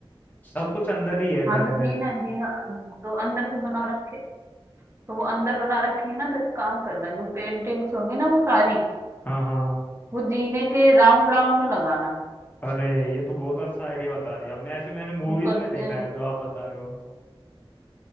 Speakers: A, on the left; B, on the right.
A: सब कुछ अंदर ही है घर
B: हाँ तो
A: में
B: जीना जीना तो अंदर से बना रखे तो वो अंदर बना रखी है ना तो एक काम करना जो पेंटिंग्स होंगी ना वो सारी
A: हाँ हाँ
B: वो जीने के राउंड राउंड में लगाना
A: अरे ये तो बहुत अच्छा आइडिया बता दिया आपने ऐसे मैंने मूवीज
B: ऊपर से
A: में देखा है जो आप बता रहे हो